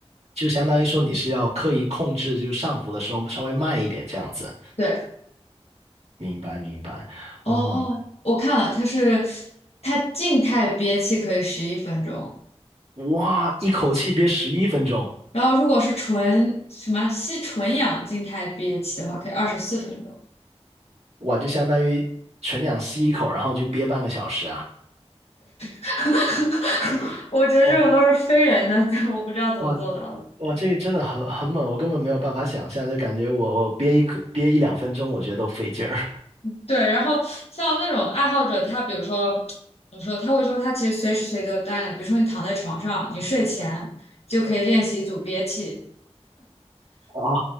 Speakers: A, on the right; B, on the left.
A: 就相当于说你是要刻意控制，就上浮的时候稍微慢一点这样子。
B: 对，
A: 明白，明白。
B: 哦，
A: 哦，
B: 我看了，它是它静态憋气可以十一分钟。
A: 哇，一口气憋十一分钟，
B: 然后如果是纯什么吸纯氧静态憋气的话，可以二十四分钟。
A: 哇，就相当于纯氧吸一口，然后就憋半个小时啊。
B: <laughs> 我觉得这种都是非人的，
A: 哇
B: <laughs> 我不知道怎么做到的。
A: 哇哇，这个真的很很猛，我根本没有办法想象，就感觉我我憋一口憋一两分钟，我觉得都费劲儿。
B: 对，然后像那种爱好者，他比如说怎么说，他会说他其实随时随地都锻炼，比如说你躺在床上，你睡前就可以练习一组憋气，
A: 哦，